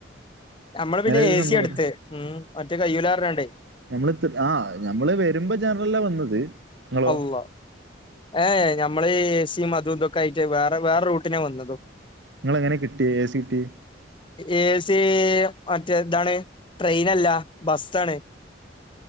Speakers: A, on the left; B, on the right.
A: നമ്മള് പിന്നെ
B: ഒരു
A: ഏ
B: സംഭവം
A: സി എടുത്ത് ഉം മറ്റേകയ്യൂ ലാർഞ്ഞ്കാണ്ട്.
B: നമ്മൾ ഇത് ആഹ് ഞമ്മള് വരുമ്പോ ജനറൽലാ വന്നത് നിങ്ങളോ
A: അളളാഹ് ഏയേ നമ്മള് ഏ സിം അതൂം തൊക്കെ ആയിട്ട് വേറെ വേറെ റൂട്ടിനാ വന്നതും.
B: ങ്ങൾ എങ്ങനെ കിട്ടി എ സി കിട്ടി?
A: എ സി മറ്റേതാണ് ട്രെയിനല്ല, ബസ്സാണ്.